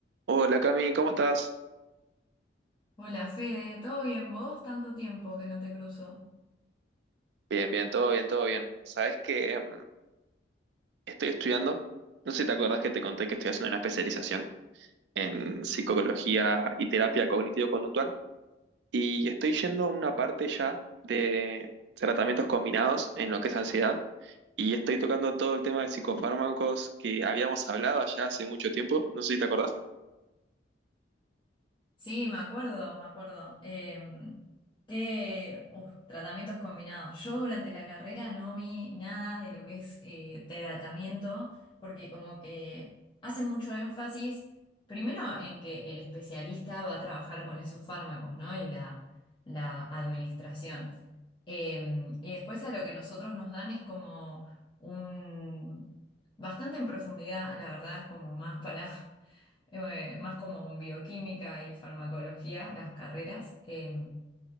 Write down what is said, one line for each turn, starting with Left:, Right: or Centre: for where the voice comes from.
Right: Hola Cami, ¿cómo estás?
Left: Hola Fede, ¿todo bien vos? Tanto tiempo que no te cruzo.
Right: Bien, bien, todo bien, todo bien. Sabes que mm, estoy estudiando, no sé si te acordás que te conté que estoy haciendo una especialización en psicología y terapia cognitivo-conductual y estoy yendo a una parte ya de tratamientos combinados en lo que es ansiedad y estoy tocando todo el tema de psicofármacos que habíamos hablado allá hace mucho tiempo, no sé si te acordás.
Left: Sí, me acuerdo, me acuerdo. Em, qué uf, tratamientos combinados. Yo durante la carrera no vi nada de lo que es eh, tratamiento, porque como que hacen mucho énfasis, primero en que el especialista va a trabajar con esos fármacos, ¿no? Y la, la administración. Em, y después a lo que nosotros nos dan es como un... bastante en profundidad, la verdad, como más para eh, más como en bioquímica y farmacología, las carreras, eh,